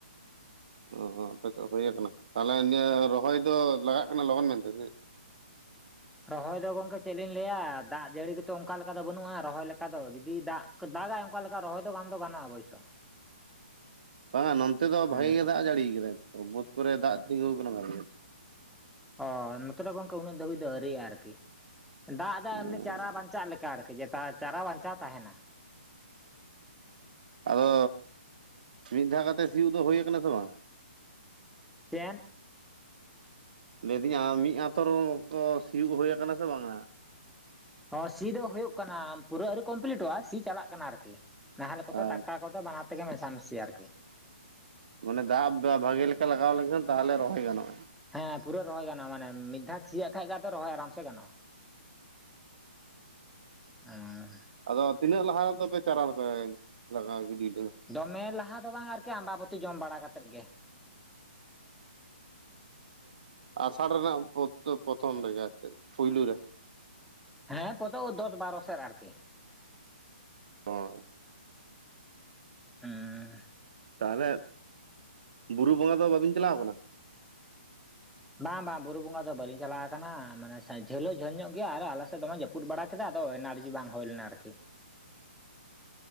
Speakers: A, on the right; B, in the centre.
A: ᱚ ᱟᱯᱪᱮᱫ ᱦ ᱦᱩᱭᱠ ᱛᱟᱦᱚᱞᱮ ᱱᱤᱭᱟᱹ ᱨᱚᱦᱚᱭ ᱫᱚ ᱞᱟᱜᱟᱜ ᱠᱟᱱᱟ ᱞᱚᱜᱚᱱ ᱢᱮᱱᱛᱮ
B: ᱨᱚᱦᱚᱭ ᱫᱚ ᱜᱚᱝᱠᱮ ᱪᱮᱫ ᱞᱤᱧ ᱞᱟᱹᱭᱟ ᱫᱟᱜ ᱡᱟᱹᱲᱤ ᱜᱮᱛᱚ ᱚᱱᱠᱟ ᱞᱮᱠᱟ ᱫᱚ ᱵᱟᱹᱱᱩᱜᱼᱟ ᱨᱚᱦᱚᱭ ᱞᱮᱠᱟ ᱫᱚ ᱡᱩᱫᱤ ᱫᱟᱜ ᱫᱟᱜᱟᱭ ᱚᱱᱠᱟ ᱞᱮᱠᱟ ᱨᱚᱦᱚᱭ ᱫᱚ ᱜᱟᱢ ᱫᱚᱟᱱᱚᱜᱼᱟ ᱚᱵᱚᱥᱚ᱾
A: ᱵᱟᱝᱟ ᱱᱚᱱᱛᱮ ᱫᱚ ᱵᱷᱟᱜᱮ
B: ᱦᱩᱸ
A: ᱜᱮ ᱫᱟᱜ ᱡᱟᱹᱲᱤᱭ ᱠᱟᱟᱭ ᱵᱩᱫ ᱠᱚᱨᱮ ᱫᱟᱜ ᱛᱤᱸᱜᱩ ᱟᱠᱟᱱᱟ ᱵᱷᱟᱜ
B: ᱚ ᱱᱚᱛᱮ ᱜᱚᱝᱠᱮ ᱩᱱᱟᱹᱜ ᱫᱷᱟᱹᱵᱤᱡ ᱫᱚ ᱟᱹᱣᱤᱭᱼᱟ ᱟᱨᱠᱤ ᱫᱟᱜ ᱫᱚᱭ
A: ᱜᱮ
B: ᱮᱢᱱᱤ ᱪᱟᱨᱟ ᱵᱟᱧᱪᱟᱜ ᱞᱮᱠᱟ ᱟᱨᱠᱤ ᱡᱮᱛᱟ ᱪᱟᱨᱟ ᱵᱟᱧᱪᱟᱣ ᱛᱟᱦᱮᱱᱟ
A: ᱟᱫᱚ ᱢᱤᱫ ᱫᱷᱟᱣ ᱠᱟᱛᱮᱜ ᱥᱤᱭᱳᱜ ᱫᱚ ᱦᱩᱭ ᱠᱟᱱᱟ ᱥᱮ ᱵᱟᱝ
B: ᱪᱮᱱ
A: ᱞᱟᱹᱭᱫᱤᱧᱟ ᱢᱤᱫ ᱟᱛ ᱥᱤᱭᱳᱜ ᱦᱩ ᱟᱠᱟᱱᱟ ᱥᱮ ᱵᱟᱝᱼᱟ
B: ᱚ ᱥᱤ ᱫᱚ ᱦᱳᱭᱜ ᱠᱟᱱᱟ ᱯᱩᱨᱟᱹ ᱟᱹᱣᱨᱤ ᱠᱚᱢᱯᱞᱤᱴᱚᱜᱼᱟ ᱥᱤ ᱪᱟᱞᱟᱜ ᱠᱟᱱᱟ ᱟᱨᱠᱤ ᱱᱟᱦᱮᱞᱮ ᱠᱚ
A: ᱟᱪᱪᱷᱟ
B: ᱴᱟᱠᱴᱟ ᱠᱚᱫᱚ ᱵᱟᱱᱟᱣ ᱛᱮᱜᱮ ᱢᱮᱥᱟ ᱢᱮᱥᱟᱢᱤ ᱟᱨᱠᱤ
A: ᱢᱟᱱᱮ ᱫᱟᱜ ᱵᱷᱟᱜᱤ ᱞᱮᱠᱟ ᱞᱟᱜᱟᱣ ᱞᱮᱱᱠᱷᱟᱱ ᱛᱟᱦᱚᱞᱮ ᱨᱚᱦᱚᱭ ᱜᱟᱱᱚᱜᱼᱟ
B: ᱦᱮᱸ ᱯᱩᱨᱟᱹ ᱨᱚᱦᱚᱭ ᱜᱟᱱᱚᱜᱼᱟ ᱢᱟᱱᱮ ᱢᱤᱫ ᱫᱷᱟᱣ ᱪᱤᱭᱟᱹᱜ ᱠᱷᱟᱱᱡ ᱜᱮ ᱟ ᱨᱚᱦᱚᱭ ᱟᱨᱟᱢ ᱥᱮ ᱜᱟᱱᱚᱜᱼᱟ ᱟᱨ
A: ᱟᱫᱚ ᱛᱤᱱᱟᱹᱜ ᱞᱟᱦᱟ ᱨᱮᱫᱚᱯᱮ ᱪᱟᱨᱣ ᱞᱮᱯᱮ ᱞᱟᱜ ᱜᱤᱰᱤ
B: ᱫᱚᱢᱮ ᱞᱟᱦᱟ ᱫᱚ ᱵᱟᱝ ᱟᱨᱠᱤ ᱟᱢᱵᱟᱵᱟᱹᱛᱤ ᱡᱚᱢ ᱵᱟᱲᱟ ᱠᱟᱛᱮᱫ ᱜᱮ
A: ᱟᱥᱟᱲ ᱨᱮᱱᱟᱜ ᱯᱨᱚᱛᱷᱚᱢ ᱨᱮᱜᱮ ᱟᱨ ᱪᱮᱫ ᱯᱩᱭᱭᱞᱳ ᱨᱮ
B: ᱦᱮᱸ ᱯᱨᱚᱛ ᱫᱚᱥ ᱵᱟᱨᱚ ᱥᱮᱫ ᱟᱨᱠᱤ᱾
A: ᱦ
B: <unintelligible>
A: ᱛᱟᱦᱚᱞᱮ ᱵᱩᱨᱩ ᱵᱚᱸᱜᱟ ᱫᱚ ᱵᱟᱵᱤᱱ ᱪᱟᱞᱟᱣ ᱟᱠᱟᱱᱟ
B: ᱵᱟᱝ ᱵᱟᱝ ᱵᱩᱨᱩ ᱵᱚᱸᱜᱟ ᱫᱚ ᱵᱟᱟᱹᱞᱤᱧ ᱪᱟᱞᱟᱣ ᱟᱠᱟᱱᱟ ᱢᱟᱱᱮ ᱡᱷᱟᱹᱞᱚᱜ ᱡᱷᱟᱹᱞ ᱧᱚᱜ ᱜᱮᱭᱟ ᱟᱨ ᱟᱞᱮ ᱥᱮᱫ ᱫᱚᱢᱮ ᱡᱚᱯ ᱨᱟᱹᱯᱩᱫ ᱵᱟᱲᱟ ᱠᱮᱫᱟ ᱛᱚ ᱮᱱᱟᱨᱡᱤ ᱵᱟᱝ ᱦᱩᱭ ᱞᱮᱱᱟ ᱟᱨᱠᱤ᱾